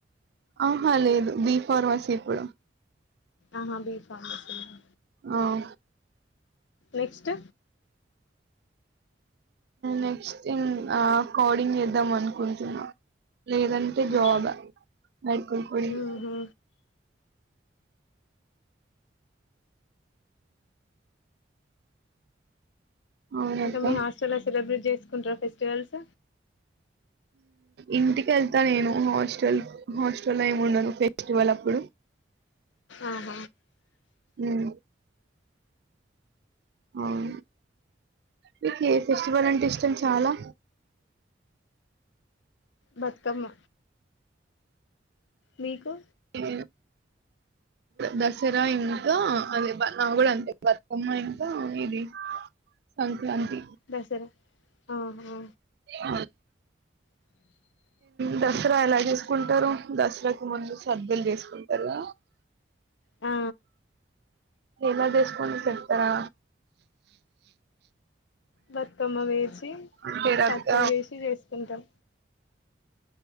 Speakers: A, on the right (about 55°); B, on the left (about 70°).
A: ఆహా లేదు బి ఫార్మాసీ ఇప్పుడు
B: ఆహా బీ ఫార్మసీ నా
A: అవు
B: నెక్స్ట్
A: నెక్స్ట్ ఇంగ కోడింగ్ చేదమనుకొంటున్న లేదంటే జాబ్
B: ఆ
A: మేడికల్ ఫీల్డ్
B: ఆహా
A: అవునక్క
B: ఇంకా మీ హాస్టల్లో సెలబ్రేట్ చేసుకుంటార ఫెస్టివల్స్
A: ఇంటికి వెళ్తా నేను హాస్టల్ హాస్టల్ లో ఏమి ఉండను ఫెస్టివల్ అప్పుడు
B: ఆహ
A: ఉమ్, ఆవు మీకు ఏ ఫెస్టివల్ అంటే ఇష్టం చాలా
B: బతుకమ్మ మీకు
A: హ దసరా ఇంకా అదే నా కూడా అంతే బతుకమ్మ ఇంకా ఇది సంక్రాంతి
B: దసరా ఆహా
A: అ
B: అ
A: దసరా ఎలా చేసుకుంటారు దసరాకి ముందు సద్ద్దలు చేసుకుంటారు
B: ఆ
A: ఎలా చేసుకుంటారో చెపుతారా
B: బతుకమ్మ వేసి
A: అంటే రక్క
B: కత్తులు వేసి చేసుకుంటాం